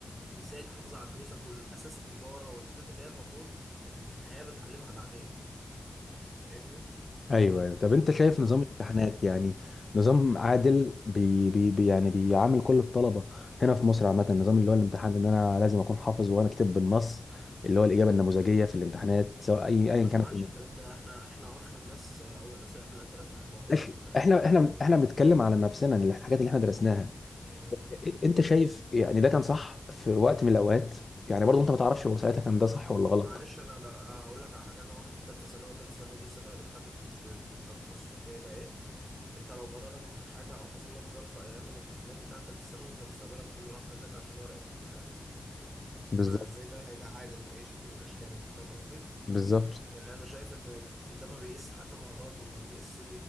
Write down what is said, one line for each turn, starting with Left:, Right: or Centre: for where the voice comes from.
Right: ازاي تحافظ على فلوسك والاساس التجارة والحاجات اللي هي المفروض الحياة بتعلمها بعدين فاهمني؟
Left: ايوه ايوه طب انت شايف نظام
Right: اه
Left: الامتحانات يعني نظام عادل بي بي بي- يعني بيعامل كل الطلبه هنا في مصر عامه النظام اللي هو الامتحان ان انا لازم اكون حافظ وانا كاتب بالنص اللي هو الاجابه النموذجيه في الامتحانات سواء اي
Right: يا
Left: ايا
Right: باشا
Left: كانت
Right: ما عادش الكلام ده احنا احنا اخر الناس او الناس اللي قبل الاخيره في الموضوع
Left: إح-
Right: الاجابه
Left: احنا
Right: النموذجيه
Left: احنا احنا بنتكلم على نفسنا إن الحاجات اللي احنا درسناها
Right: مم.
Left: إ- انت شايف يعني ده كان صح في وقت من الاوقات يعني برضه انت ما تعرفش هو ساعتها كان ده صح ولا غلط
Right: معلش انا لا هقول لك على حاجه انا واحد في ثالثه ثانوي ثالثه ثانوي دي السنه اللي بتحدد انت تخصصك هيبقى ايه انت لو جرالك حاجه او حصل لك ظرف ايام الامتحانات بتاعه ثالثه ثانوي انت مستقبلك كله راح منك عشان ورقه امتحان
Left: بالظبط
Right: فازاي ده هيبقى عادل باي شكل من الاشكال انت فاهم قصدي
Left: بالظبط
Right: يعني انا شايف ان ده ما بيقيس حتى مهاراته ما بيقيس